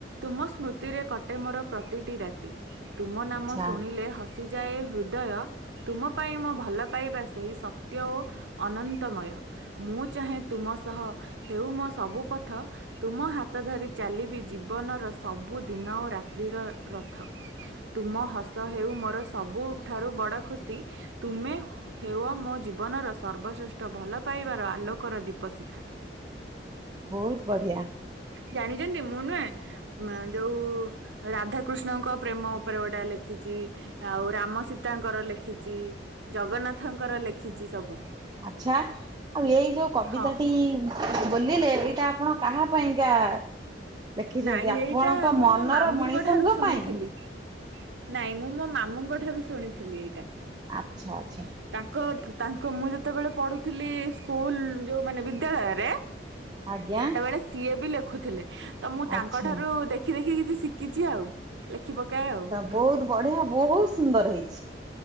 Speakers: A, on the right; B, on the right.
A: ତୁମ ସ୍ମୃତିରେ କଟେ ମୋର ପ୍ରତିଟି ରାତି। ତୁମ ନାମ
B: ଆଚ୍ଛା
A: ଶୁଣିଲେ ହସିଯାଏ ହୃଦୟ, ତୁମ ପାଇଁ ମୋ ଭଲ ପାଇବା ସେହି ସତ୍ୟ ଓ ଅନନ୍ତମୟ। ମୁଁ ଚାହେଁ ତୁମ ସହ ହେଉ ମୋ ସବୁ ପଥ। ତୁମ ହାତ ଧରି ଚାଲିବି ଜୀବନର ସବୁ ଦିନ ଓ ରାତ୍ରିର ରଥ। ତୁମ ହସ ହେଉ ମୋର ସବୁଠାରୁ ବଡ ଖୁସି, ତୁମେ ହେଅ ମୋ ଜୀବନର ସର୍ବଶ୍ରେଷ୍ଠ ଭଲ ପାଇବାର ଆଲୋକର ଦୀପ ଶିଖା।
B: ବହୁତ ବଢ଼ିଆ।
A: ଜାଣିଚନ୍ତି, ମୁଁ ନୁହେଁ, ଯୋଉ ରାଧାକୃଷ୍ଣଙ୍କ ପ୍ରେମ ଉପରେ ଗୋଟେ ଲେଖିଚି ଆଉ ରାମ ସୀତାଙ୍କର ଲେଖିଚି, ଜଗନ୍ନାଥଙ୍କର ଲେଖିଚି ସବୁ।
B: ଆଛା, ଆଉ ଏଇ ଯୋଉ କବିତାଟି
A: ହଁ
B: ବୋଲିଲେ, ଏଇଟା ଆପଣ କାହା ପାଇଁକା ଲେଖିଛନ୍ତି
A: ନାଇଁ
B: ଆପଣଙ୍କ
A: ଏଇଟା ମୁଁ
B: ମନର
A: ମୋ ମାମୁଁଙ୍କ
B: ମଣିଷଙ୍କ
A: ଠାରୁ ଶୁଣିଥିଲି।
B: ପାଇଁ?
A: ନାଇଁ ମୁଁ ମୋ ମାମୁଁଙ୍କଠାରୁ ଶୁଣିଥିଲି ଏଇଟା।
B: ଆଛା ଆଛା।
A: ତାଙ୍କ ତାଙ୍କ ମୁଁ ଯେତେବେଳେ ପଢୁଥିଲି ସ୍କୁଲ୍ ଯୋଉ ମାନେ ବିଦ୍ୟାଳୟରେ,
B: ଆଜ୍ଞା
A: ସେତେବେଳେ ସିଏ ବି ଲେଖୁଥିଲେ, ତ ମୁଁ ତାଙ୍କ
B: ଆଚ୍ଛା
A: ଠାରୁ ଦେ ଦେଖି ଦେଖି କିଛି ଶିଖିଚି ଆଉ, ଲେଖି ପକାଏ ଆଉ।
B: ବହୁତ୍ ବଢିଆ, ବହୁତ ସୁନ୍ଦର ହେଇଚି।